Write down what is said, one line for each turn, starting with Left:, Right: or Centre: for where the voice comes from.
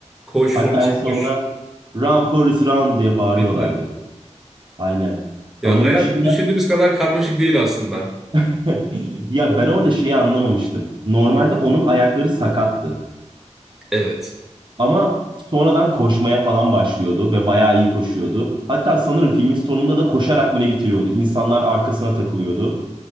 Centre: Koş
Right: Hatta
Centre: Forrest
Right: en sonunda
Centre: koş.
Right: Run Forrest Run diye bağırıyorlardı.
Centre: <laughs>
Right: Aynen.
Centre: Ya
Right: Onun
Centre: hayat
Right: dışında
Centre: düşündüğümüz kadar karmaşık değil aslında.
Right: <laughs> ya
Centre: Oğlum,
Right: ben orada şeyi anlamamıştım. Normalde onun ayakları sakattı.
Centre: Evet.
Right: Ama sonradan koşmaya falan başlıyordu ve bayağı iyi koşuyordu. Hatta sanırım filmin sonunda da koşarak mı ne bitiriyordu? İnsanlar arkasına takılıyordu.